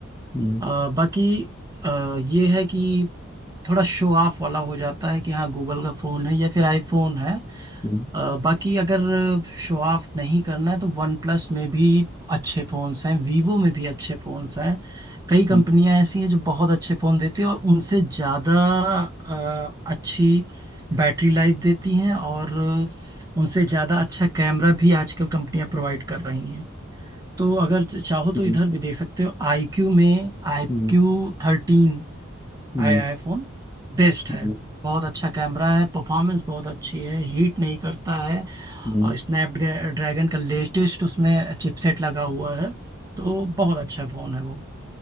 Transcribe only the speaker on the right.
अ, बाकी अ, ये है कि थोड़ा शो ऑफ वाला हो जाता है कि हाँ गूगल का फ़ोन है या फिर आईफोन है
अ, बाकी अगर शो ऑफ नहीं करना है तो वन प्लस में भी अच्छे फोन्स हैं वीवो में भी अच्छे फोन्स हैं कई कंपनियां
ऐसी हैं जो बहुत अच्छे फोन देती हैं और उनसे ज़्यादा अ, अच्छी बैटरी लाइफ देती हैं और उनसे ज़्यादा अच्छा कैमरा भी आजकल कंपनियां प्रोवाइड कर रही हैं तो अगर च- चाहो तो
इधर भी देख सकते हो आई क्यू में आई
क्यू थर्टीन
आया है फोन बेस्ट
है बहुत अच्छा कैमरा है परफॉर्मेंस बहुत अच्छी है हीट नहीं करता है
और स्नैपड्रैगन का लेटेस्ट उसमें चिपसेट लगा हुआ है तो बहुत अच्छा फ़ोन है वो